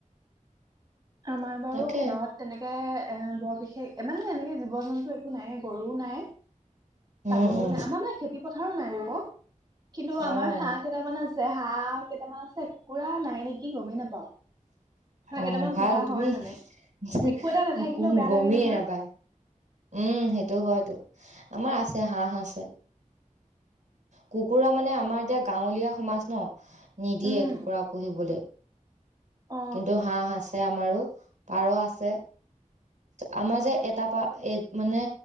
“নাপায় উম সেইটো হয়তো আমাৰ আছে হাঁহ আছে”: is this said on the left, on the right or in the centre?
Right